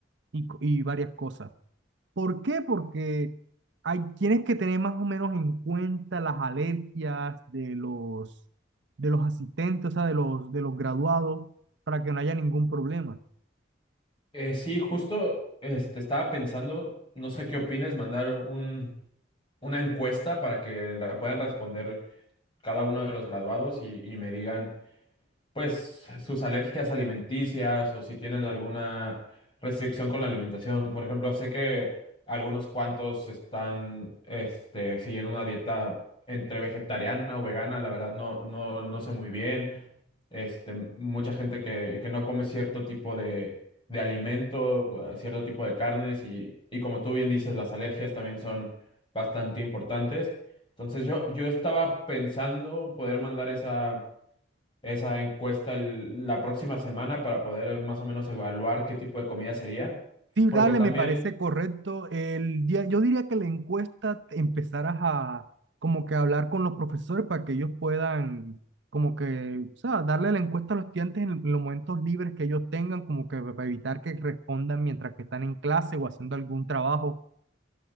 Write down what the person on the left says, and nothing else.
Eh, sí, justo este, estaba pensando, no sé qué opines, mandar un, una encuesta para que la puedan responder cada uno de los graduados y, y me digan pues sus alergias alimenticias o si tienen alguna restricción con la alimentación. Por ejemplo, sé que algunos cuantos están este, siguiendo una dieta entre vegetariana o vegana, la verdad no, no, no sé muy bien. Este, mucha gente que, que no come cierto tipo de, de alimento, cierto tipo de carnes y, y como tú bien dices, las alergias también son bastante importantes. Entonces yo, yo estaba pensando poder mandar esa esa encuesta el- la próxima semana para poder más o menos evaluar qué tipo de comida sería,
porque
también